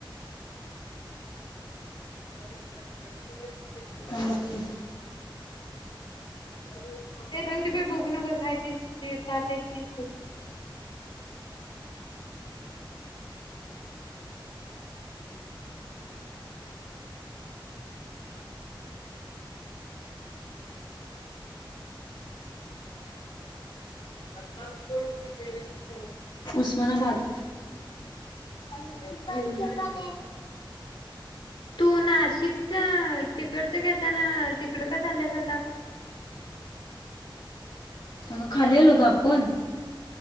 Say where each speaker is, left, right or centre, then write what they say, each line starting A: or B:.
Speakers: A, on the left; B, on the left.
A: <unintelligible>
B: थांब बघतो
A: <unintelligible> <unintelligible>
B: उस्मानाबाद
A: <unintelligible> तू नाशिकच तिकडचं घेताना तिकड का चाल्यास आता?
B: अग खाली आलोग आपण